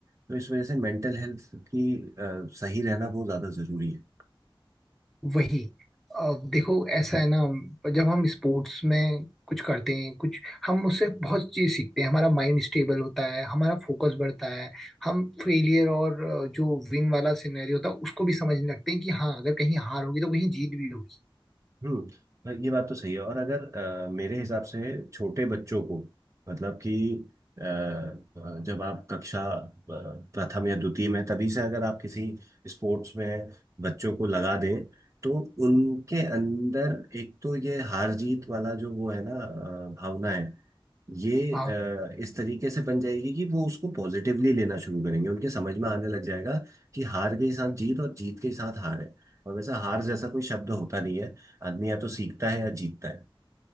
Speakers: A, on the right (about 35°); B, in the centre.
A: तो इस वजह से मेंटल हेल्थ की अ, सही रहना बहुत ज्यादा जरूरी है
B: वही अब देखो ऐसा है ना जब हम स्पोर्ट्स में कुछ करते हैं कुछ हम उससे बहुत चीज सीखते हैं हमारा माइंड स्टेबल होता है हमारा फोकस बढ़ता है हम फेलियर और अ, जो विन वाला सिनेरियो होता है उसको भी समझने लगते हैं कि हाँ अगर कहीं हार होगी तो कहीं जीत भी होगी
A: हम्म हाँ, ये बात तो सही है और अगर अ, मेरे हिसाब से छोटे बच्चों को मतलब कि अ, अ, जब आप कक्षा अ, प्रथम या द्वितीय में तभी से अगर आप किसी स्पोर्ट्स में बच्चों को लगा दें तो उनके अंदर एक तो ये हार जीत वाला जो वो है ना अ, भावना है ये
B: हाँ
A: अ, इस तरीके से बन जाएगी कि वो उसको पॉजिटिवली लेना शुरू करेंगे उनके समझ में आने लग जाएगा कि हार के साथ जीत और जीत के साथ हार है और वैसा हार जैसा कोई शब्द होता नहीं है आदमी या तो सीखता है या जीतता है